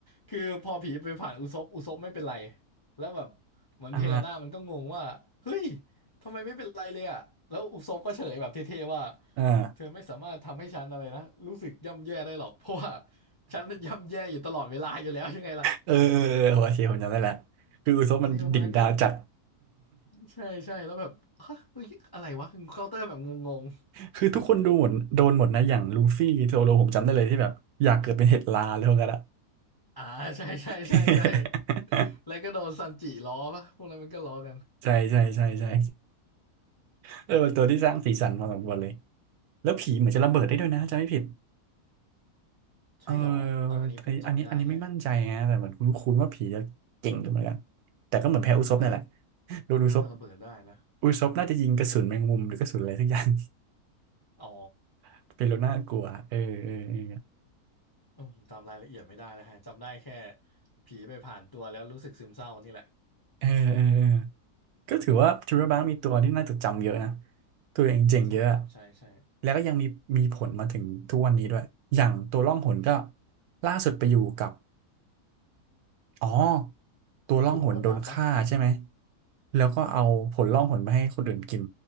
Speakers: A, on the left; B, on the right.
A: คือพอผีไปผ่านอุซบอุซบไม่เป็นไรแล้วแบบเหมือนเพลาน่ามันก็งงว่าเฮ้ย
B: อ่า
A: ทำไมไม่เป็นไรเลยอ่ะแล้วอุซบก็เฉลยแบบเท่ๆว่า
B: อ่า
A: เธอไม่สามารถทำให้ฉันอะไรนะรู้สึกย่ำแย่ได้หรอกเพราะว่าฉันย่ำแย่อยู่ตลอดเวลาอยู่แล้วยังไงล่ะ
B: เออเออเออโอเคผมจำได้แล้วคืออุซบมันดิ่งดาวจัด
A: อะไรประมาณเนี้ยใช่ใช่แล้วแบบฮะเฮ้ยอะไรวะเคาน์เตอร์แบบงง
B: คือทุกคนดูหมดโดนหมดนะอย่างลูฟี่โซโลผมจำได้เลยที่แบบอยากเกิดเป็นเห็ดลาเลยพวกกั้นอะ
A: ๆอ่าใช่ใช่ใช่ใช่
B: <laughs>
A: แล้วก็โดนซันจิล้อปะพวกนั้นมันก็ล้อกัน
B: ใช่ใช่ใช่ใช่เออเป็นตัวที่สร้างสีสันพอสมควรเลยแล้วผีเหมือนจะระเบิดได้ด้วยนะจำไม่ผิด เออ
A: ใช่เหรออ่ะอันนี้ผมจำไม่ได้แฮะ
B: ไออันนี้อันนี้ไม่มั่นใจนะแต่เหมือนคุ้นคุ้นว่าผีจะเก่งอยู่เหมือนกันแต่ก็เหมือนแพ้อุซบนั่นแหละ
A: น่า
B: โดนอุซบ
A: น่าจะระเบิดได้นะ
B: อุซบน่าจะยิงกระสุนแมงมุมหรือกระสุนอะไรสักอย่าง
A: อ๋อ
B: <laughs> เป็นโลน่ากลัวเออเออเออ
A: เอืมผมจำรายละเอียดไม่ได้เลยฮะจำได้แค่ผีไปผ่านตัวแล้วรู้สึกซึมเศร้านี่แหละ
B: เออเออเออก็ถือว่าทริเบอร์บังมีตัวที่น่าจดจำเยอะนะตัวเองเจ๋งเยอะอะ
A: ใช่ครับ ใช่ใช่
B: แล้วก็ยังมีมีผลมาถึงทุกวันนี้ด้วยอย่างตัวล่องหนก็ล่าสุดไปอยู่กับ อ๋อตัวล่องหนโดนฆ่าใช่ไหม
A: อยู่กับหนวดดำปะ
B: แล้วก็เอาผลล่องหนมาให้คนอื่นกิน